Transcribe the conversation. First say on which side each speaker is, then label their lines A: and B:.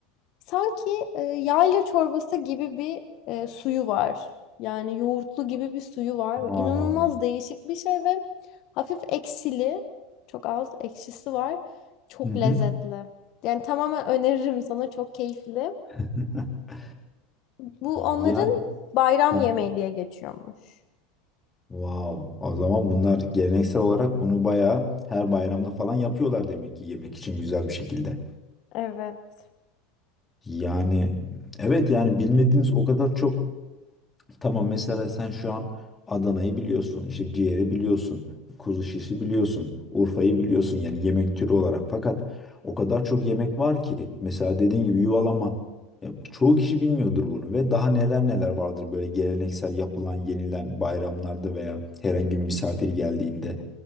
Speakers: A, on the left (about 50°); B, on the left (about 15°).
A: Sanki e, yayla çorbası gibi bir e, suyu var. Yani yoğurtlu gibi bir suyu var.
B: Wow.
A: Böyle İnanılmaz değişik bir şey ve hafif ekşili. Çok az ekşisi var. Çok
B: Hı hı.
A: lezzetli. Yani tamamen öneririm sana. Çok keyifli.
B: <laughs>
A: Bu onların
B: Yani
A: bayram
B: heh.
A: yemeği diye geçiyormuş.
B: Wow. O zaman bunlar geleneksel olarak bunu bayağı her bayramda falan yapıyorlar demek ki yemek için güzel bir şekilde.
A: Evet.
B: Yani evet yani bilmediğimiz o kadar çok Tamam mesela sen şu an Adana'yı biliyorsun, işte ciğeri biliyorsun, kuzu şişi biliyorsun, Urfa'yı biliyorsun yani yemek türü olarak. Fakat o kadar çok yemek var ki mesela dediğin gibi yuvalama. Ya, çoğu kişi bilmiyordur bunu ve daha neler neler vardır böyle geleneksel yapılan, yenilen bayramlarda veya herhangi bir misafir geldiğinde.